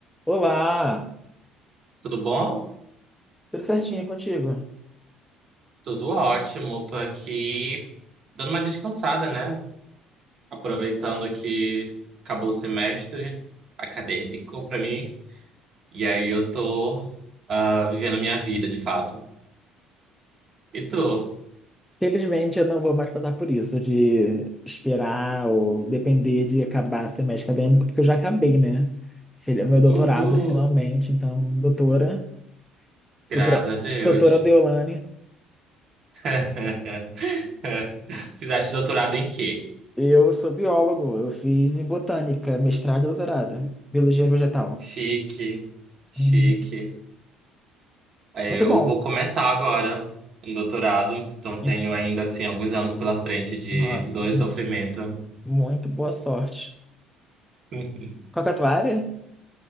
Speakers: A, in the centre; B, on the right.
A: Olá,
B: Tudo bom?
A: tudo certinho contigo?
B: Tudo ótimo. Tô aqui dando uma descansada, né? Aproveitando que acabou o semestre acadêmico pra mim. E aí eu tô ah, vivendo a minha vida, de fato. E tu?
A: Felizmente eu não vou mais passar por isso de esperar ou depender de acabar semestre acadêmico, porque eu já acabei, né? Filha- Meu doutorado
B: Uhul!
A: finalmente, então, doutora,
B: Graças
A: doutora,
B: a Deus.
A: doutora Deolane,
B: <laughs> Fizeste doutorado em quê?
A: eu sou biólogo, eu fiz em botânica, mestrado e doutorado, biologia vegetal.
B: Chique, chique.
A: Uhum.
B: Eu
A: Muito bom.
B: vou começar agora um doutorado, então
A: Em-
B: tenho ainda assim alguns anos pela frente de
A: Nossa,
B: dor e
A: mu-
B: sofrimento.
A: muito boa sorte.
B: <laughs>
A: Qual que é a tua área?